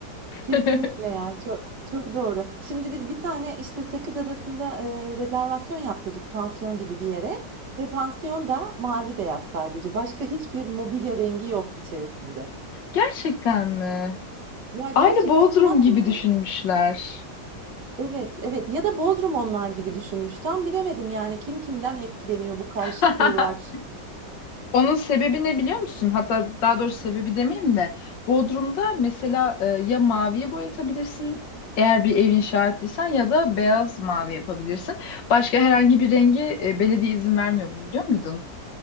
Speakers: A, on the right (about 70°); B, on the left (about 80°).
A: Kesinlikle
B: <laughs>
A: ya. Çok çok doğru. Şimdi biz bir tane işte Sakız Adası'nda e, rezervasyon yaptırdık pansiyon gibi bir yere ve pansiyon da mavi beyaz sadece. Başka hiçbir mobilya rengi yok içerisinde.
B: Gerçekten mi?
A: Ya gerçekten
B: Aynı Bodrum
A: masmavi.
B: gibi düşünmüşler.
A: Evet, evet. Ya da Bodrum onlar gibi düşünmüş. Tam bilemedim yani kim kimden etkileniyor bu karşı
B: <laughs>
A: kıyılar.
B: Onun sebebi ne biliyor musun? Hatta daha doğrusu sebebi demeyeyim de Bodrum'da mesela e, ya maviye boyatabilirsin eğer bir ev inşa ettiysen ya da beyaz mavi yapabilirsin. Başka herhangi bir rengi e, belediye izin vermiyor bunu biliyor muydun?